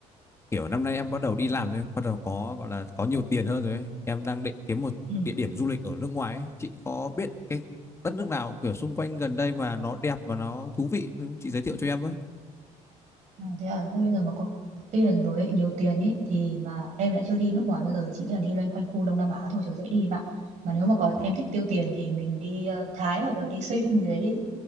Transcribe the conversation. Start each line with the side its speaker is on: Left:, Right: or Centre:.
Left: kiểu năm nay em bắt đầu đi làm rồi, bắt đầu có gọi là có nhiều tiền hơn rồi ấy. Em đang định kiếm một
Right: Ừ.
Left: địa điểm du lịch ở nước ngoài ấy. Chị có biết cái đất nước nào kiểu xung quanh gần đây mà nó đẹp và nó thú vị không? Chị giới thiệu cho em với.
Right: À, thế à, thế bây giờ mà có, có tiền rồi ấy, nhiều tiền ấy thì mà em lại chưa đi nước ngoài bao giờ, chỉ nghĩ là đi loanh quanh khu Đông Nam Á thôi cho dễ đi em ạ. Mà nếu mà có
Left: Ờ,
Right: em thích tiêu tiền thì mình đi ờ, Thái hoặc là đi Sing gì đấy đi.